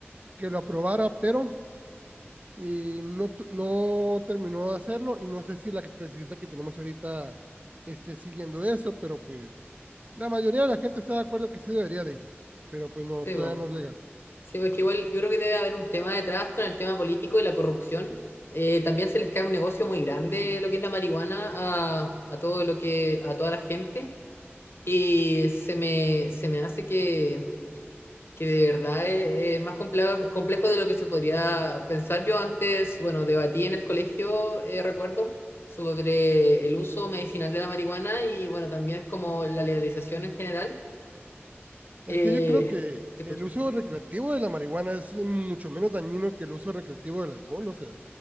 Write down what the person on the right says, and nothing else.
que lo aprobara, pero eh, no, tu- no terminó de hacerlo y no sé si la que- presidenta que tenemos ahorita esté siguiendo eso, pero pues la mayoría de la gente está de acuerdo que sí debería de, pero pues no,
todavía
no es legal.
Es que yo creo que
el uso recreativo de la marihuana es mucho menos dañino que el uso recreativo del alcohol, o sea,